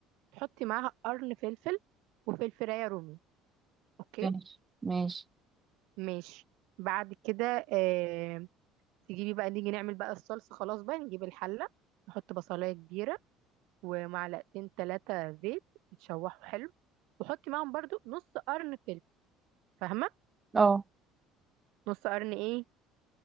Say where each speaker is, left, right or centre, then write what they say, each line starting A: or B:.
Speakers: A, on the right; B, on the right.
A: تحطي معاها قرن فلفل وفلفلايه رومي اوكي
B: ماشي ماشي
A: ماشي بعد كده آه تجيبي بقى نيجي نعمل بقى الصلصة خلاص بقى نجيب الحلة نحط بصلاية كبيرة ومعلقتين ثلاثة زيت يتشوحوا حلو وحطي معاهم برضو نص قرن فلفل فاهمة
B: اه
A: نص قرن ايه